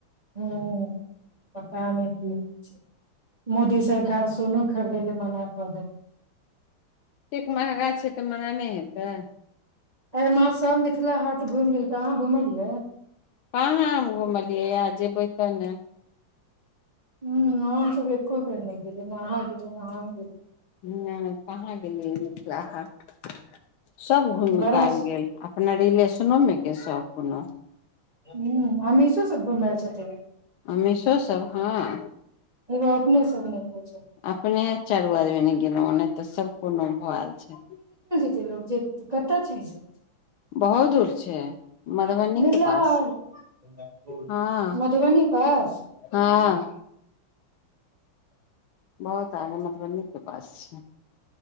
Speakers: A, on the right (about 20°); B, on the left (about 80°).
A: हूँ पता नहि की होइ छै मोदी सरकार सोनो खरीदैय लाए मना कऽ देलकै
B: कतेक महगा छै तऽ मना नहि हेतै
A: अहि माह सभमे मिथिला हाट घूमि लेलकै अहाँ घुमलियै
B: कहाँ हम घुमलियै आय जेबै तऽ न
A: हूँ हमसभ एको बेर नहि गेलियै ने अहाँ गेलियै ने हम गेलियै
B: नै कहाँ गेलियै मिथिला हाट सभ घूमि
A: बड़ा
B: कऽ आबि
A: स
B: गेल अपना रिलेशनोमे के सभ कोनाऽ
A: हूँ अमीषो सब घूमि आएल छथिन
B: अमीषो सब हँ
A: एगो अपने सभ नहि गेल छै
B: अपने चारू आदमी नै गेलहूँ नै तऽ सब कोनो भैल छै
A: एते लोग जेतै कतय छै
B: बहुत दूर छै मधुबनी
A: मिथिला
B: के पास
A: हाट
B: हँ
A: मधुबनी पास
B: हँ बहुत आगे मधुबनीके पास छै